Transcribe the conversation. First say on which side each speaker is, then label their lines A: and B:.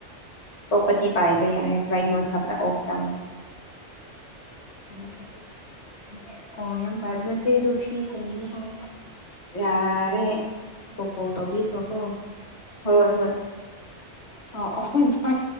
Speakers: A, on the left (about 35°); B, on the left (about 65°).
A: ꯇꯣ ꯄꯇꯤ ꯄꯥꯏꯕꯤꯩ ꯍꯥꯏ ꯐ꯭ꯂꯥꯏ ꯃꯣꯠ ꯈꯛꯇ ꯑꯣꯐ ꯇꯧ
B: ꯀꯩꯅꯣ ꯊꯦ ꯑꯣ ꯌꯥꯝ ꯐꯔꯦ ꯑꯗꯨ ꯅꯆꯦꯗꯣ ꯁꯤ ꯐꯅꯤꯉ ꯍꯥꯏꯦ
A: ꯌꯥꯔꯦ
B: ꯀꯣ ꯇꯧꯕꯤꯈ꯭ꯔꯣꯀꯣ
A: ꯍꯣꯏ ꯍꯣꯏ
B: ꯑ